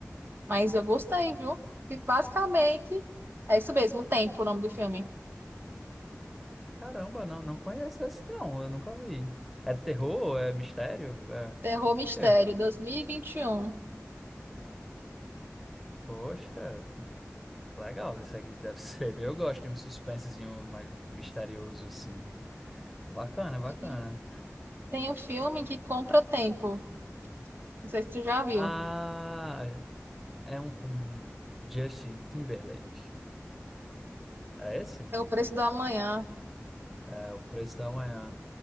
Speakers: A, on the right (about 45°); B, in the centre.
A: Mas eu gostei, viu? E basicamente, é isso mesmo, tempo, o nome do filme.
B: Caramba, não, não conheço esse, não. Eu nunca vi. É terror? É mistério? É...
A: Terror Mistério,
B: quê?
A: 2021.
B: Poxa, legal. Isso aqui deve <laughs> ser. Eu gosto de um suspensezinho mais misterioso, assim. Bacana, bacana.
A: E vinte e um. E tem um filme que compra tempo. Não sei se tu já viu.
B: Ah, é um com Justin Timberlake. É esse?
A: É o preço da manhã.
B: É O Preço da Manhã.